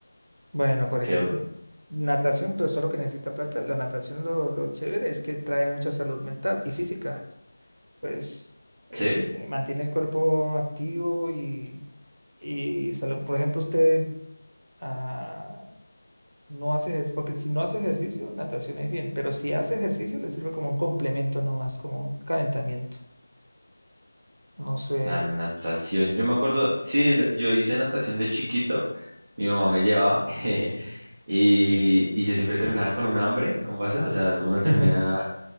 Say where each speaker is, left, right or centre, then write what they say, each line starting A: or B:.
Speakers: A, on the right; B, on the right.
A: Bueno, por ejemplo,
B: que,
A: natación, pero solo que necesita plata. La natación lo, lo chévere es que trae mucha salud mental y física. Pues eh,
B: ¿sí?
A: mantiene el cuerpo activo y, y salud. Por ejemplo, usted ah, no hace ejercicio, porque si no hace ejercicio, natación es bien, pero si hace ejercicio, le sirve como un complemento nomás, como un calentamiento. No sé.
B: La natación. Yo me acuerdo, sí, lo- yo hice natación de chiquito, mi mamá me llevaba <laughs> y, y yo siempre terminaba con un hambre, ¿no pasa? O sea, uno termina,
A: <laughs>